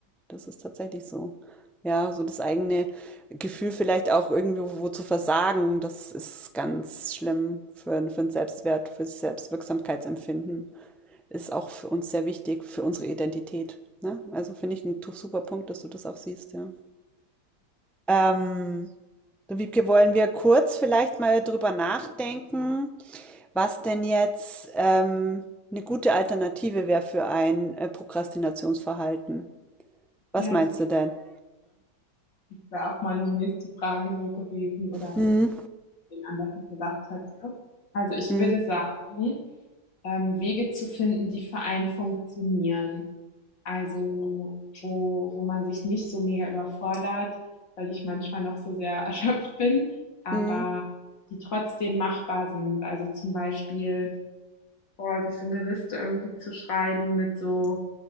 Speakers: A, in the centre; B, on the left.
A: Das ist tatsächlich so. Ja, so das eigene Gefühl vielleicht auch irgendwo wo zu versagen, das ist ganz schlimm für, n- für den Selbstwert, für das Selbstwirksamkeitsempfinden. Ist auch für uns sehr wichtig, für unsere Identität. Ne? Also finde ich ein tu- super Punkt, dass du das auch siehst, ja. Ähm, du Wiebke, wollen wir kurz vielleicht mal drüber nachdenken, was denn jetzt ähm, eine gute Alternative wäre für ein äh, Prokrastinationsverhalten? Was
B: Ja,
A: meinst
B: super.
A: du denn?
B: Das wäre auch meine nächste Frage so gewesen. Oder
A: Hm,
B: ihn an, was ich gedacht hatte. Also ich
A: hm.
B: würde sagen, ähm, Wege zu finden, die für einen funktionieren. Also wo, wo man sich nicht so mega überfordert, weil ich manchmal noch so sehr <laughs> erschöpft bin, aber
A: Mhm.
B: die trotzdem machbar sind. Also zum Beispiel, boah, sich so eine Liste irgendwie zu schreiben mit so